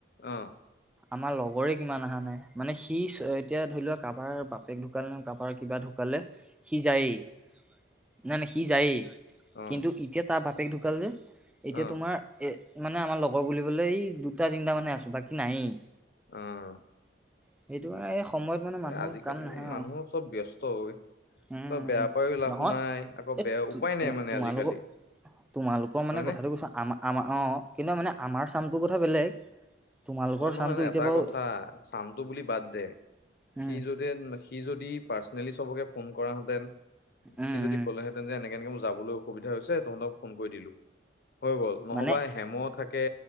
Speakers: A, on the left; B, in the centre.
A: অ
B: আমাৰ লগৰে কিমান অহা নাই মানে সি এতিয়া ধৰি লোৱা কাৰোবাৰ বাপেক ঢো ঢুকালে নহয় কাপাৰ কিবা ঢুকালে সি জায়েই নাই নাই সি যায়েই
A: অ
B: কিন্তু এতিয়া তাৰ বাপেক ঢুকাল যে এতিয়া
A: অ
B: তোমাৰ এ মানে আমাৰ লগৰ বুলিবলৈ এই দুটা তিনিটা মানহে আছোঁ বাকী নায়েই
A: আহ
B: সেইটো সময়ত মানে মানুহ
A: আজিকালি
B: কাম নাহে
A: মানুহ
B: আৰু
A: চব ব্যস্ত হয়
B: উম
A: তই বেয়া পায়ো লাভ
B: নহয়
A: নাই আকৌ
B: এই
A: বেয়া
B: তো-
A: উপায়
B: তো-
A: নাই মানে
B: তোমালোকৰ
A: আজিকালি
B: তোমালোকৰ মানে
A: হয়নে
B: কথাটো কৈছো আম আমাৰ অ কিন্তু মানে আমাৰ চামটোৰ কথা বেলেগ তোমালোকৰ
A: অ নহয়
B: চামটো
A: নহয়
B: এতিয়া
A: এটা
B: বাৰু
A: কথা চামটো বুলি বাদ দে
B: উম
A: সি যদি সি যদি পাৰ সবকে ফোন কৰাহেতেন
B: উম
A: সি যদি
B: উম
A: ক'লেহেঁতেন যে এনেক এনেকে ম যাবলৈ অসুবিধা হৈছে তহঁতক ফোন কৰি দিলো হৈ গল নহবা
B: মানে
A: হেম থাকে